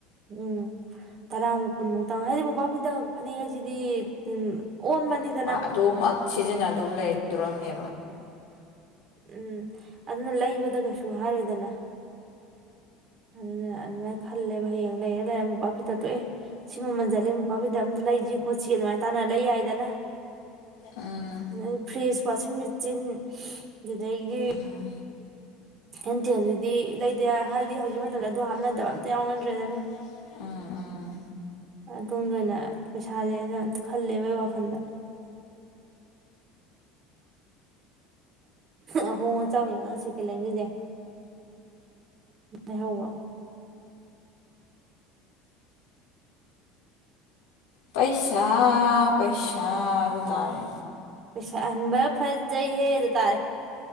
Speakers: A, on the right (about 45°); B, on the left (about 75°).
A: ꯎꯝ ꯇꯔꯥꯃꯨꯛ ꯀꯨꯟꯃꯨꯛꯇꯪ ꯍꯥꯏꯗꯤ ꯃꯣꯝꯄꯛꯐꯤꯗꯛ ꯐꯅꯦꯛ ꯍꯥꯏꯁꯤꯗꯤ ꯎꯝ ꯑꯣꯟꯕꯅꯤꯗꯅ
B: ꯑꯗꯨꯃꯛ ꯁꯤꯖꯤꯟꯅ ꯑꯗꯨꯝ ꯂꯩꯗꯔꯣꯝꯅꯦ
A: <unintelligible> ꯎꯝ ꯑꯗꯨꯅ ꯂꯩꯕꯗ ꯀꯩꯁꯨ ꯍꯥꯏꯔꯣꯏꯗꯅ ꯑꯗꯨꯅ ꯑꯗꯨꯃꯥꯏ ꯈꯟ ꯈꯜꯂꯦꯕ ꯍꯌꯦꯡ ꯂꯩꯔ ꯂꯩꯔ ꯃꯣꯟꯄꯥꯛ ꯐꯤꯗꯛ ꯇꯣ ꯑꯦ ꯁꯤ ꯃꯥꯃꯜ ꯆꯠꯂꯦ ꯃꯣꯟꯄꯛ ꯐꯤꯗꯛ ꯑꯝꯇ ꯂꯩꯁꯤ ꯈꯣꯠꯁꯤ ꯑꯗꯨꯃꯥꯏꯅ ꯇꯥꯅ ꯂꯩ ꯌꯥꯏꯗꯅ
B: ꯎꯝ
A: ꯑꯗꯩ ꯐ꯭ꯔꯤꯖ ꯋꯥꯆꯤꯟ ꯃꯦꯆꯤꯟ ꯑꯗꯨꯗꯩꯩꯒꯤ
B: ꯎꯝ
A: ꯍꯦꯟꯊꯦꯟꯗꯨꯗꯤ
B: ꯅꯪꯁꯨ
A: ꯂꯩꯗꯦ
B: ꯑꯗꯨꯗꯤ
A: ꯌꯥ ꯍꯥꯏ ꯍꯧꯖꯤꯛ
B: ꯂꯩꯇꯦ
A: ꯃꯇꯝꯗ ꯑꯗꯨ
B: ꯍꯥꯏꯗꯤ
A: ꯍꯥꯞꯅꯗꯕ
B: ꯍꯧꯖꯤꯛ ꯃꯇꯝꯗ
A: ꯑꯝꯇ
B: ꯑꯗꯨ
A: ꯌꯥꯎꯅꯗ꯭ꯔꯦꯗꯅ
B: ꯍꯥꯞꯅꯗꯕ ꯑꯝꯇ ꯌꯥꯎꯅꯗ꯭ꯔꯦ ꯎꯝ ꯎꯝ
A: ꯑꯗꯣꯝꯗ ꯑꯣꯏꯅ ꯄꯩꯁꯥꯁꯦ ꯑꯩꯅ ꯈꯜꯂꯦꯕ ꯑꯩ ꯋꯥꯈꯜꯗ꯫ ꯑꯍꯣꯡ ꯑꯆꯥꯎ ꯌꯦꯡꯂꯒ ꯁꯦꯀꯦꯂꯦꯟꯒꯤꯁꯦ ꯂꯩꯍꯧꯕ
B: ꯄꯩꯁ ꯄꯩꯁꯥ ꯄꯩꯁꯥ ꯑꯗꯨ ꯇꯥꯔꯦ
A: ꯄꯩꯁꯥ ꯑꯍꯟꯕ ꯐꯖꯩꯍꯦꯗꯨ ꯇꯥꯔꯦ꯫